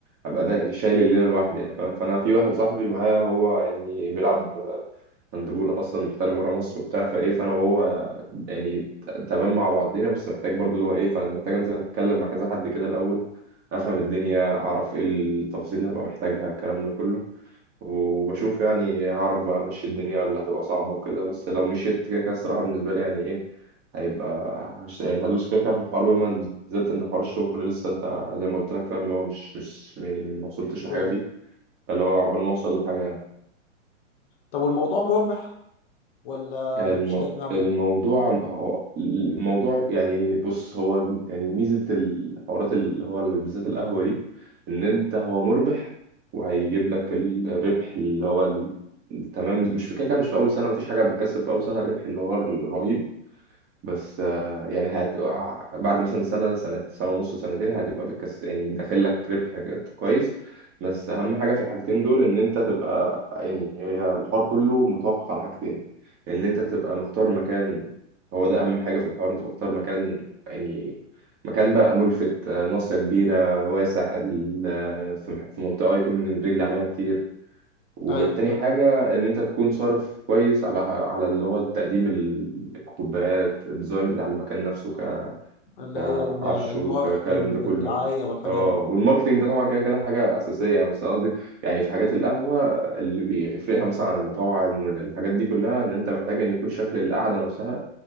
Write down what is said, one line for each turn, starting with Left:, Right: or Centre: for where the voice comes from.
Right: ابقى ده شايل الليلة لوحدي يعني فاهم فانا في واحد صاحبي معايا هو يعني بيلعب هاندبول اصلا محترف بره مصر وبتاع فايه فانا وهو يعني ت- تمام مع بعضينا بس محتاج برضه اللي هو ايه فانا محتاج انزل اتكلم مع كذا حد كده الاول افهم الدنيا اعرف ايه التفاصيل اللي هبقى محتاجها الكلام ده كله وبشوف يعني هعرف بقى امشي الدنيا ولا هتبقى صعبة وكده بس لو مشيت كده كده الصراحة بالنسبة لي يعني ايه هيبقى هش يعني هدوس كده كده في الحوار بما بالذات ان حوار الشغل لسه انت زي ما قلت لك فاهم اللي هو مش مش يعني ما وصلتش لحاجة
Left: ايوه.
Right: فيه فاللي هو عقبال ما اوصل لحاجة
Left: طب والموضوع مربح ولا
Right: الم...
Left: مش جايب همه
Right: الموضوع هو- الموضوع يعني بص هو يعني ميزة الحوارات اللي هو بالذات القهوة دي إن أنت هو مربح وهيجيب لك الربح اللي هو ال- التمام مش في كده كده مش في أول سنة مفيش حاجة بتكسب في أول سنة الربح اللي هو الرهيب بس آه، يعني هت... آه، بعد مثلا سنة سنة سنة ونص سنتين هتبقى بتكس يعني داخل لك ربح كويس بس أهم حاجة في الحاجتين دول إن أنت تبقى يعني هي الحوار كله متوقف على حاجتين إن أنت تبقى مختار مكان هو ده أهم حاجة في الحوار أنت مختار مكان يعني مكان بقى ملفت آه، ناصية كبيرة واسع ال- آه، في في منطقة يكون الرجل عليها كتير والتاني
Left: ايوه فاهمة
Right: حاجة إن أنت تكون صارف كويس على على اللي هو التقديم الكوبايات الديزاين بتاع المكان نفسه ك-
Left: اللي
Right: كعفش
Left: هي ال- الماركتينج
Right: وكلام ده كله
Left: والدعاية والحاجات
Right: اه
Left: دي
Right: والماركتينج ده طبعا كده كده حاجة أساسية يعني بس أنا قصدي يعني في حاجات القهوة اللي بيفرقها مثلا عن المطاعم والحاجات دي كلها إن أنت محتاج إن يكون شكل القعدة نفسها